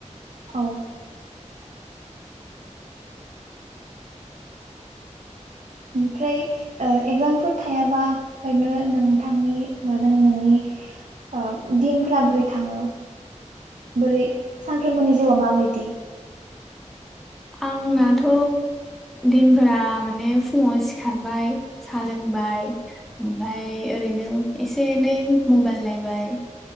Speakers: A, on the right; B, in the centre.
A: औ ओमफ्राय ओ एगजामफोर थायाबा ओरैनो नोंथांनि माने नोंनि ओ दिनफोरा बोरै थाङो बोरै सानफ्रोमबोनि जिउआ माबायदि
B: आंनाथ' दिनफोरा माने फुङाव सिखारबाय सा लोंबाय ओमफाय ओरैनो एसे एनै मबाइल नायबाय